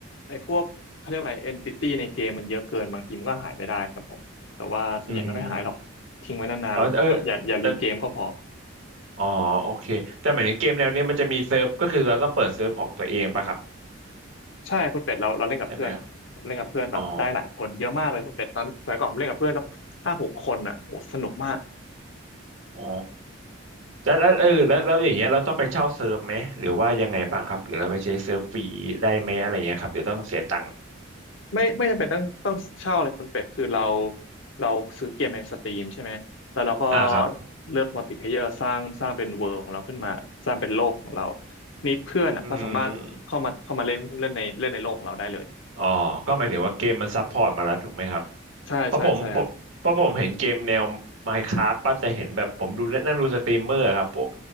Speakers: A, on the left; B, on the right.
A: ไอ้พวกเขาเรียกอะไรเอนติตี้ในเกมมันเยอะเกินบางทีมันก็หายไปได้ครับผมแต่ว่าส่วนใหญ่ไม่ค่อยหายหรอกทิ้งไว้นานๆจะอย่าอย่ารีเกมก็พอ
B: อืม เออเออแต่อ๋อโอเคแต่หมายถึงเกมแนวเนี้ยมันจะมีเซิร์ฟก็คือเราต้องเปิดเซิร์ฟของตัวเองป่ะครับ
A: ใช่คุณเป็ดเราเราเล่นกับเพื่อน
B: ใช่ไหมครับ
A: เล่นกับเพื่อนแบบได้หลายคนเยอะมากเลยคุณเป็ดตอนสมัยก่อนผมเล่นกับเพื่อนสักห้าหกคนอ่ะโอ้สนุกมาก
B: อ๋ออ๋อแล้วแล้วเออแล้วแล้วอย่างเงี้ยเราต้องไปเช่าเซิร์ฟไหมหรือว่ายังไงบ้างครับหรือเราไปใช้เซิร์ฟฟรีได้ไหมอะไรเงี้ยครับหรือต้องเสียตังค์
A: ไม่ไม่จำเป็นต้องต้องเช่าเลยคุณเป็ดคือเราเราซื้อเกมในสตรีมใช่ไหมแล้วเราก็
B: อ่าครับ
A: เลือกมัลติเพลเยอร์สร้างสร้างเป็นเวิลด์ของเราขึ้นมาสร้างเป็นโลกของเรานี่เพื่อนอ่ะก็สามารถเข้ามาเข้ามาเล่นเล่นในเล่นในโลกของเราได้เลย
B: อืมอ๋อก็หมายถึงว่าเกมมันซัพพอร์ตมาแล้วถูกไหมครับ
A: ใช่ใช่ใช่ครับ
B: เพราะผมเพราะผมเห็นเกมแนว Minecraft ป่ะแต่เห็นแบบผมดูนั่งดูสตรีมเมอร์ครับพวก